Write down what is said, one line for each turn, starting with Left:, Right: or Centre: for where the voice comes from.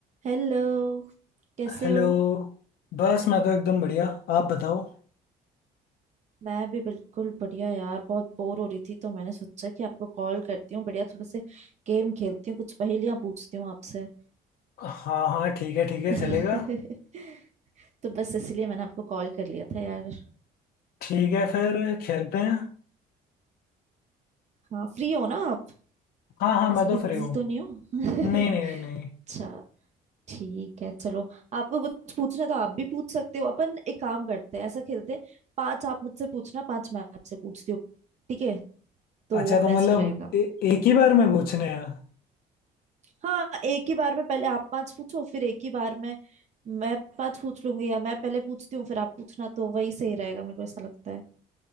Right: Hello कैसे
Left: हेलो
Right: हो
Left: बस मैं तो एकदम बढ़िया आप बताओ
Right: मैं भी बिल्कुल बढ़िया यार बहुत बोर हो रही थी तो मैंने सोचा कि आपको कॉल करती हूँ बढ़िया थोड़े से गेम खेलती हूँ कुछ पहेलियाँ पूछती हूँ आपसे
Left: हाँ हाँ ठीक है ठीक है
Right: <laughs>
Left: चलेगा
Right: तो बस इसलिए मैंने आपको कॉल कर लिया था यार
Left: ठीक है फिर खेलते हैं
Right: हाँ फ्री हो ना आप
Left: हाँ हाँ मैं
Right: ऐसे
Left: तो
Right: बिजी
Left: फ्री हूँ
Right: तो नहीं हो <laughs>
Left: नहीं नहीं नहीं नहीं
Right: अच्छा ठीक है चलो आपको कुछ पूछना है तो आप भी पूछ सकते हो अपन एक काम करते हैं ऐसा खेलते हैं पांच आप मुझसे पूछना पांच मैं आपसे पूछती हूँ ठीक है तो
Left: अच्छा
Right: वो
Left: तो मतलब
Right: बेस्ट रहेगा
Left: ए, एक ही बार में पूछने हैं
Right: हाँ एक ही बार में पहले आप पांच पूछो फिर एक ही बार में मैं पांच पूछ लूंगी या मैं पहले पूछती हूँ फिर आप पूछना तो वही सही रहेगा मेरे को ऐसा लगता है